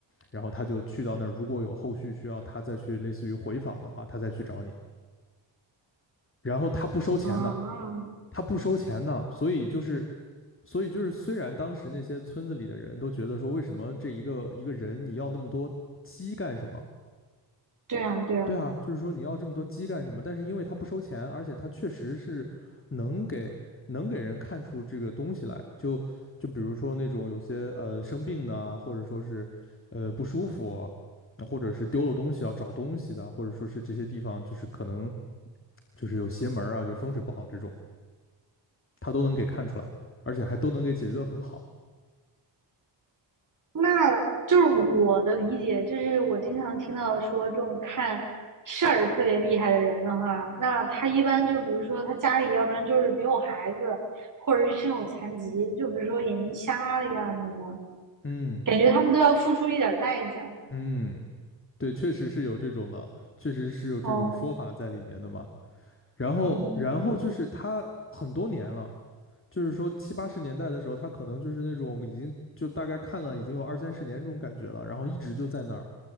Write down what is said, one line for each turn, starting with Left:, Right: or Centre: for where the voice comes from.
Left: 然后他就去到那儿，如果有后续需要他再去类似于回访的话，他再去找你，然后他不收钱的，
Right: 啊，
Left: 他不收钱的，所以就是。所以就是，虽然当时那些村子里的人都觉得说，为什么这一个一个人你要那么多鸡干什么？
Right: 对啊对啊，
Left: 对啊，就是说你要这么多鸡干什么？但是因为它不收钱，而且它确实是能给能给人看出这个东西来。就就比如说那种有些呃生病的啊或者说是呃不舒服啊或者是丢了东西要找东西的，或者说是这些地方就是可能就是有邪门儿啊，就是风水不好这种，它都能给看出来，而且还都能给解决得很好。
Right: 那就是我的理解，就是我经常听到说这种看事儿特别厉害的人的话，那他一般就比如说他家里要不然就是没有孩子，或者是身有残疾，就比如说眼睛瞎了呀什么的，
Left: 嗯
Right: 感觉他们都要付出一点代价。
Left: 嗯，对，确实是有这种的，确实是有这种说法在里面的嘛。
Right: 哦，
Left: 然后，
Right: 嗯
Left: 然后就是他很多年了，就是说七八十年代的时候，他可能就是那种已经就大概看了已经有二三十年这种感觉了，然后一直就在那儿，